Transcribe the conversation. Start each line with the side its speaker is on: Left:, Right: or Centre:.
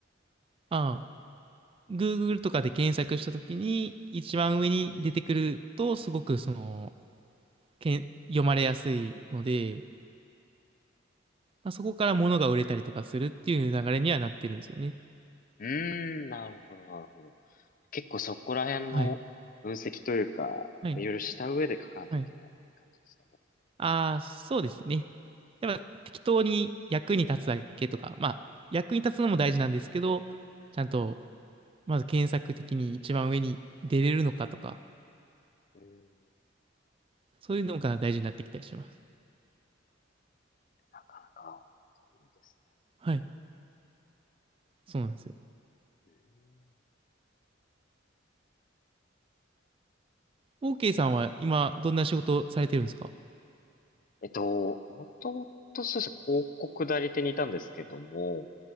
Right: ああ、Google とかで検索したときに、一番上に出てくると、すごくその、けん、読まれやすいので、まあ、そこから物が売れたりとかするっていう流れにはなってるんですよね。
Left: うーん、なるほど、なるほど。結構そこら辺の分析というか、
Right: はい。はい。
Left: いろいろした上で書かなきゃいけない感じですかね。
Right: はい。ああ、そうですね。やっぱ適当に役に立つだけとか、まあ、役に立つのも大事なんですけど、ちゃんと、まず検索的に一番上に出れるのかとか、
Left: うーん、
Right: そういうのが大事になってきたりします。
Left: なかなかいいですね。
Right: はい。そうなんですよ。
Left: うーん
Right: OK さんは今、どんな仕事をされてるんですか
Left: えっと、もともとそうですね、広告代理店にいたんですけども、